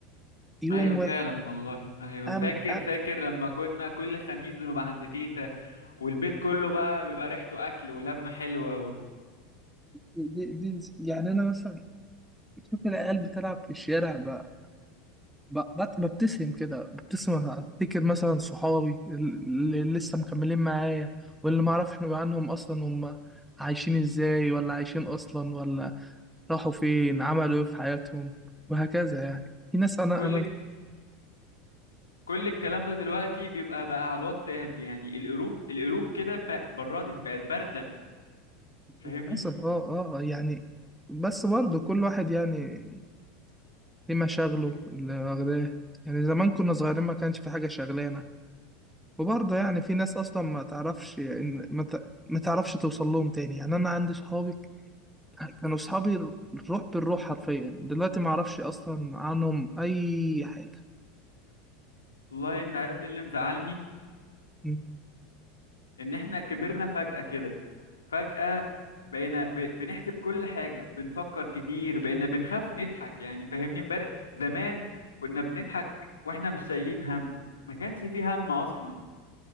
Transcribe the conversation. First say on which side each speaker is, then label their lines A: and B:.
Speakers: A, in the centre; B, on the left.
A: يوم
B: ايوه فعلا
A: واحد
B: والله ايوه
A: أم
B: فاكر
A: أم
B: فاكر لما كنا كل خميس بنبقى عند تيتا والبيت كله بقى بيبقى ريحته اكل ولمه حلوه
A: دي دي يعني أنا مثلا شوف العيال بتلعب في الشارع ب- ب- بت- ببتسم كده ببتسم أنا افتكر مثلا صحابي اللي لسه مكملين معايا واللي ما اعرفش عنهم اصلا هم عايشين ازاي ولا عايشين اصلا ولا راحوا فين عملوا ايه في حياتهم وهكذا يعني في ناس انا
B: وكل
A: انا
B: كل الكلام ده دلوقتي بيبقى بقى على الواتساب يعني القلوب القلوب كده بق- بردت بقت بارده فاهمني
A: للاسف اه اه آه، يعني بس برضه كل واحد يعني ليه مشاغله
B: <clears throat>
A: اللي واخداه يعني زمان كنا صغيرين ما كانش في حاجة شغلانة وبرضه يعني في ناس اصلا ما تعرفش ان ما ت- ما تعرفش توصل لهم تاني يعني انا عندي صحابي كانوا صحابي الروح بالروح حرفيا دلوقتي ما اعرفش اصلا عنهم اي حاجه
B: والله انت عارف ايه اللي مزعلني
A: مم،
B: ان احنا كبرنا فجأة كده فجأة بقينا ب... بنحسب كل حاجة بنفكر كتير بقينا بنخاف نضحك يعني فاهمني امبارح زمان كنا بنضحك واحنا مش شايلين هم ما كانش فيه هم أصلا